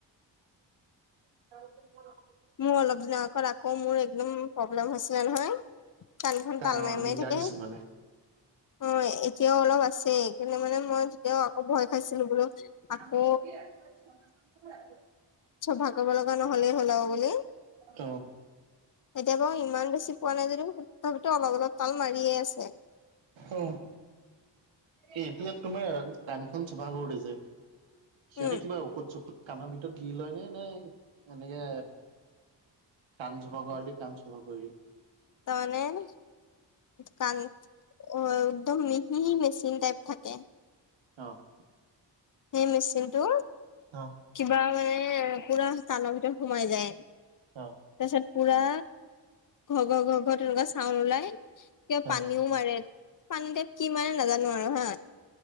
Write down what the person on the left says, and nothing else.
মোৰ অলপ দিনৰ আগত আকৌ মোৰ একদম প্ৰব্লেম হৈছিলে নহয়। কাণখন
তাল মাৰি-
মাৰি থাকে।
অ',
এতিয়াও অলপ আছেই, কেলে মানে মই তেতিয়াও আকৌ ভয় খাইছিলো বোলো
আকৌ চফা কৰিব লগা নহ'লে হ'ল আও বুলি।
এতিয়া বাৰু ইমান বেছি পোৱা নাই যদিও, তথাপিতো অলপ-অলপ তাল মাৰিয়ে আছে।
উম
তাৰমানে কাণ অ', একদম মিহি মেচিন টাইপ থাকে।
সেই মেচিনটো।
কিবা মানে পুৰা কাণৰ ভিতৰত সোমাই যায়,
তাৰপিছত পুৰা ঘ ঘ-ঘ-ঘ তেনেকুৱা চাউণ্ড ওলাই। কিবা পানীও
মাৰে, পানীতে কি মাৰে নাজানো আৰু হা।